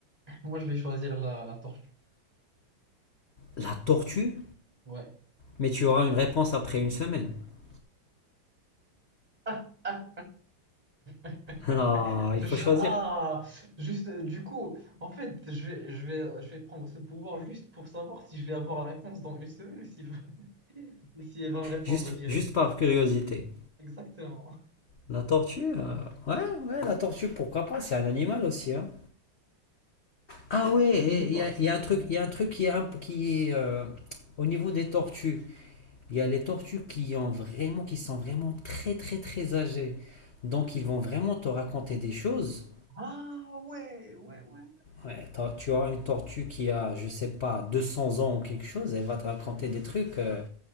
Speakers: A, on the right; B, on the left.
A: Moi, je vais choisir la, la tortue.
B: La tortue
A: Ouais.
B: Mais tu auras une réponse après une semaine. <laughs>
A: <laughs> <laughs>
B: Non, il faut
A: Je-
B: choisir.
A: ah, juste, euh, du coup, en fait, je vais, je vais, je vais prendre ce pouvoir juste pour savoir si je vais avoir la réponse dans une semaine ou si, <laughs> ou si elle va me répondre
B: Juste,
A: direct.
B: juste par curiosité.
A: Exactement.
B: La tortue euh, Ouais, ouais, la tortue, pourquoi pas C'est un animal aussi. hein. Ah ouais,
A: Je sais
B: il
A: pas.
B: y a, y a un truc,
A: Mm.
B: il y a un truc qui est, un- qui est, euh, au niveau des tortues. Il y a les tortues qui ont vraiment, qui sont vraiment très très très âgées. Donc ils vont vraiment te raconter des choses.
A: Ah ouais, ouais, ouais.
B: Ouais, t'as- tu auras une tortue qui a, je sais pas, 200 ans ou quelque chose, elle va te raconter des trucs euh,